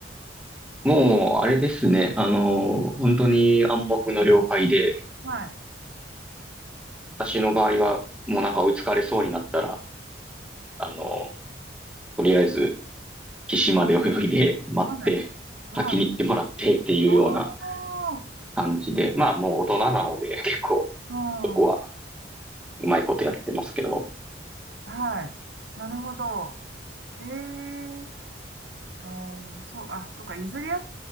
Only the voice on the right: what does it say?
は
い。
はい。はい。
ああ、
うん。
はい。なるほど。ええあー、そう、あ、そうか、譲り合っ